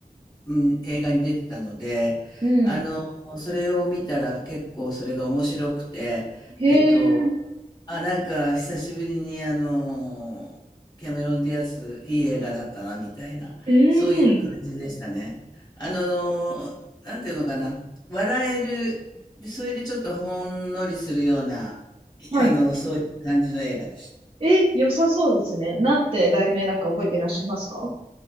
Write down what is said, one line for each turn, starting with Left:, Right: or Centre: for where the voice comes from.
Left: うん、映画に出てたので、
Right: うん。
Left: あの、それを見たら結構それが面白くて、
Right: へえ、
Left: えっと、あ、なんか久しぶりにあの、キャメロン・ディアス、いい映画だったな、みたいな、
Right: う
Left: そういう感じでしたね。
Right: ん。
Left: あの、なんていうのかな、笑える、でそれでちょっとほんのりするような、いあの、
Right: はい。
Left: そういう感じの映画でした。
Right: え、良さそうですね。なんて題名だか覚えていらっしゃいますか